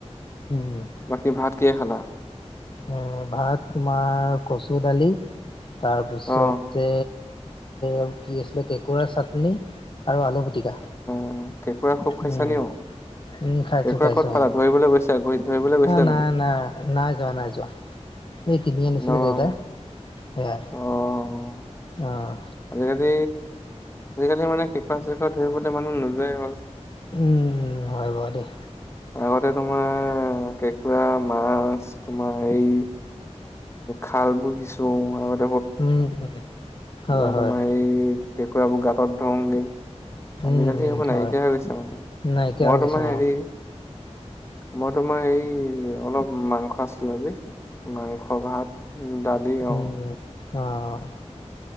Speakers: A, on the left; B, on the left.
A: উম
B: বাকী ভাত কিহে খালা?
A: এ ভাত তোমাৰ কচু, দালি, তাৰপিছতে
B: অ',
A: আৰু কি আছিলে, কেঁকোৰা চাটনি। আৰু আলু পিটিকা।
B: অ' কেঁকোৰা খুব খাইছা
A: উম
B: নি অ'?
A: উম খাইছো
B: কেঁকোৰা
A: খাইছো
B: ক'ত পালা,
A: অ
B: ধৰিবলৈ ধৰিবলৈ গৈছিলা
A: এ নাই
B: নেকি?
A: নাই নাই যোৱা নাই যোৱা, এই কিনি আনিছিলে
B: ন'
A: দেউতাই। সেইয়াই!
B: অ'।
A: আহ'।
B: আজিকালি আজিকালি মানে কেঁকোৰা-চেঁকুৰা ধৰিবলৈ মানুহ নোযোৱাই হ'ল।
A: উম, হয় বাৰু দেই।
B: আগতে তোমাৰ কেঁকোৰা, মা মাছ তোমাৰ এই খাল <unintelligible>
A: উম উম। হয়
B: বা
A: হয়
B: তোমাৰ এই কেঁকুৰাবোৰ গাঁতত ধৰুঙগে।
A: উম
B: আজিকালি
A: উম
B: সেইবোৰ নাইকিয়া
A: হয়
B: হৈ গৈছে মানে,
A: নাইকিয়া
B: মই
A: হৈ গৈছে
B: তোমাৰ হেৰি
A: অ
B: মই তোমাৰ এই অলপ মাংস আছিলে যে মাংস, ভাত, দালি অ'।
A: উম উম অ' অ'।